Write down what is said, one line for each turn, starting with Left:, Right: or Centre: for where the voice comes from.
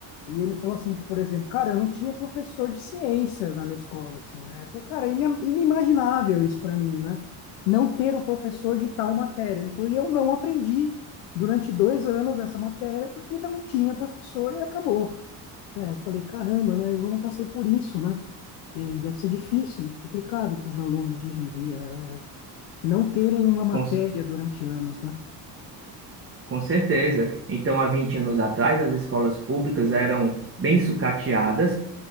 Left: e ele falou assim, por exemplo, cara, eu não tinha professor de ciências na minha escola, assim, né? Eu falei, cara, é ina- inimaginável isso para mim, né? Não ter o professor de tal matéria. Ele falou, e eu não aprendi durante dois anos essa matéria porque não tinha professor e acabou, né? Eu falei, caramba, né? Eu não passei por isso, né? E deve ser difícil, complicado para os alunos hoje em dia, é, não terem uma matéria
Right: com, c-
Left: durante anos, né?
Right: com certeza. Então, há 20 anos atrás, as escolas públicas eram bem sucateadas